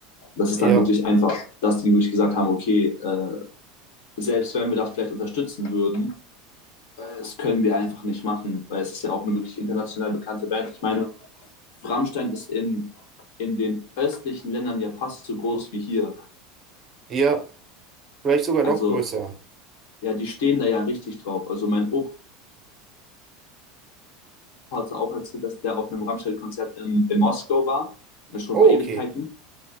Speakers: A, on the left; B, on the right.
A: Das ist
B: Ja,
A: dann wirklich einfach, dass die wirklich gesagt haben, okay, äh, selbst wenn wir da vielleicht unterstützen würden, äh, das können wir einfach nicht machen, weil es ist ja auch eine wirklich international bekannte Band. Ich meine, Rammstein ist in, in den östlichen Ländern ja fast so groß wie hier.
B: ja, vielleicht sogar
A: Also
B: noch größer.
A: ja, die stehen da ja richtig drauf. Also mein Opa hat auch erzählt, dass der auf einem Rammstein-Konzert in, in Moskau war, das ist schon
B: Oh,
A: vor Ewigkeiten.
B: okay.